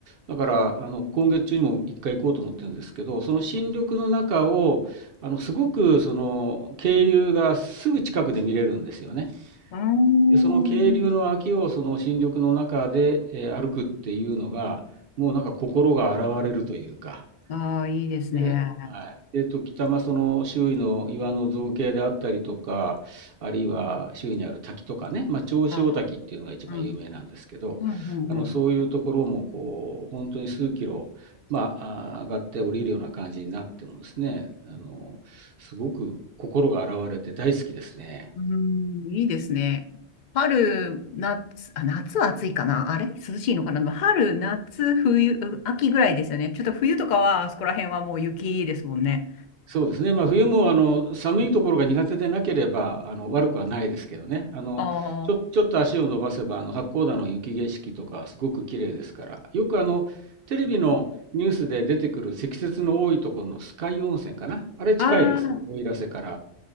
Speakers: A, on the right; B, on the left.
A: だから、あの、今月中にも一回行こうと思ってるんですけど、その新緑の中を、あの、すごく、その、渓流がすぐ近くで見れるんですよね。
B: あー
A: で、その渓流の脇を、その新緑の中で、えー歩くっていうのが、もうなんか心が洗われるというか、
B: あー、いいですね。
A: で、はい。えっと、北間その周囲の岩の造形であったりとか、あるいは周囲にある滝とかね、まあ、銚子大滝っていうのが一番有名なんですけど、
B: あー、うん。うん、うん、
A: あのそういうところもこう本当に数キロ、
B: うん。
A: まあ、あー上がって降りるような感じになってもですね、あのすごく心が洗われて大好きですね。
B: うんいいですね。春、夏、あ、夏は暑いかなあれ涼しいのかなまあ春、夏、冬、う秋ぐらいですよね。ちょっと冬とかは、あそこら辺はもう雪ですもんね。
A: そうですね。まあ、冬もあの寒いところが苦手でなければあの悪くはないですけどね。あのちょ、
B: ああ。
A: ちょっと足を伸ばせばあの八甲田の雪景色とかすごく綺麗ですから。よくあのテレビのニュースで出てくる積雪の多いところの酸ヶ湯温泉かな。あれ近いです。
B: ああ、
A: 奥入瀬から。